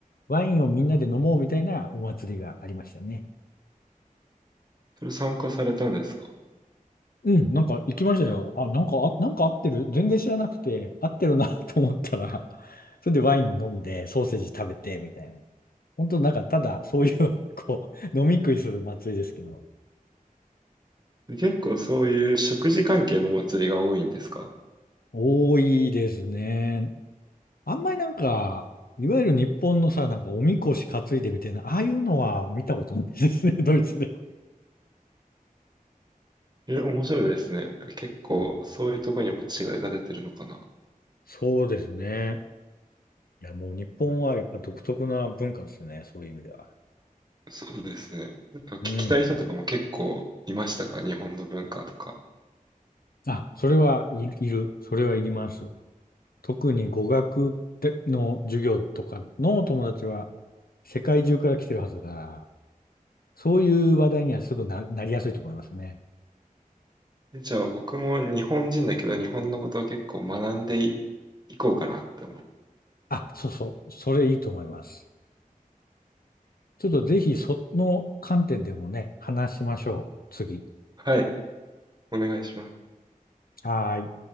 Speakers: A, on the left; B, on the right.
A: ワインをみんなで飲もうみたいなお祭りがありましたね。
B: それ参加されたんですか
A: うん、なんか行きましたよ。あ、なんか、あ、なんか合ってる。全然知らなくて、合ってるな <laughs> と思ったら、それでワイン飲んで、ソーセージ食べて、みたいな。本当なんか、ただ、そういう <laughs> こう、飲み食いする祭りですけど、
B: で結構そういう食事関係の祭りが多いんですか
A: 多いですね。あんまりなんか、いわゆる日本のさ、なんか、おみこし担いでみたいな、ああいうのは見たことないですね、<laughs> ドイツで。
B: え、面白いですね。結構そういうとこにも違いが出てるのかな。
A: そうですね。いや、もう日本はやっぱ独特な文化ですね、そういう意味では。
B: そうですね。聞きたい人とかも結構いましたか日本の文化とか。
A: うん。あ、それはい、いる。それはいります。特に語学の授業とかの友達は世界中から来てるはずだから、そういう話題にはすぐな、なりやすいと思いますね。
B: えじゃあ僕も日本人だけど日本のことを結構学んでい、いこうかなって思う。
A: あ、そうそう。それいいと思います。ちょっとぜひその観点でもね、話しましょう。次。
B: はい、お願いします。
A: はーい。